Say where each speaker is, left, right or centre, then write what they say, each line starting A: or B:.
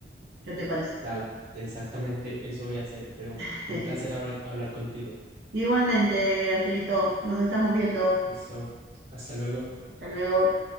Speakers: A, on the right; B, on the right.
A: ¿Qué te parece?
B: Dale, exactamente eso voy a hacer, pero
A: <laughs>
B: fue un placer hablar, hablar contigo.
A: Igualmente, Angelito, nos estamos viendo.
B: Listo. Hasta luego.
A: Hasta luego.